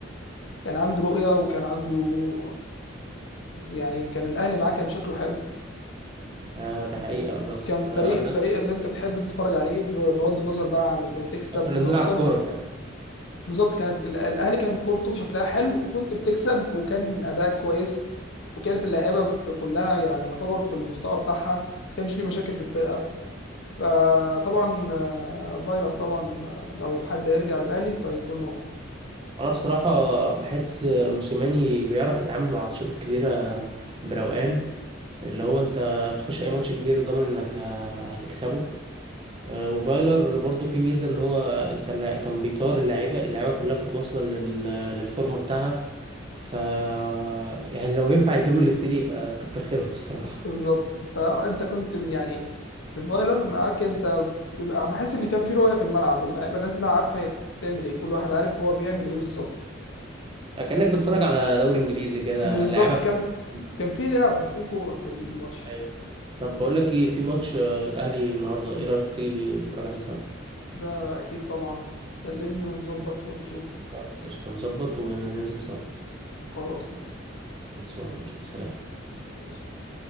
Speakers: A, on the left (about 65°); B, on the right (about 25°).
A: كان عنده رؤية وكان عنده يعني كان الاهلي معاه كان شكله حلو
B: آه، ده حقيقة بس
A: كان فريق
B: آه، أنا
A: فريق اللي انت تحب تتفرج عليه ب- بغض النظر بقى عن بتكسب بتخسر
B: كنا بنلعب كورة فعلا
A: بالظبط كانت ال- الاهلي كان كورته شكلها حلو وكنت بتكسب وكان اداءك كويس وكانت اللاعيبه في كلها يعني يعتبر في المستوى بتاعها ما كانش في مشاكل في الفرقه فطبعا آه، فايلر طبعا آه، لو حد يرجع للاهلي فيكون هو
B: أنا بصراحة بحس موسيماني بيعرف يتعامل مع الماتشات الكبيرة بروقان اللي هو أنت بتخش أي ماتش كبير ضامن إنك ه- هتكسبه آه، وفايلر برضو في ميزة إن هو أنت الل- كان بيطار اللعيبة اللعيبة كلها كانت واصلة لل- للفورمة بتاعها ف يعني لو ينفع يجيبوا الاتنين يبقى كتر خيرهم بصراحة
A: بالظبط فانت كنت يعني في فايلر معاك انت بيبقى بحس ان كان في رؤيه في الملعب اللعيبه نازله عارفه هي بتعمل ايه كل واحد عارف هو بيعمل ايه بالظبط
B: كأنك بتتفرج على دوري إنجليزي كده
A: بالظبط
B: اللعيبة في
A: كان
B: أمان.
A: في... كان في لعب في كورة في الماتش
B: أيوة طب بقول لك إيه في ماتش آه، الأهلي النهاردة إيه رأيك تيجي نتفرج عليه سوا؟
A: ده أكيد طبعا كلمني ونظبط ونشوف
B: خلاص قشطة نظبط وننزل سوا
A: خلاص ماشي
B: خلصانة قشطة سلام
A: خلاص.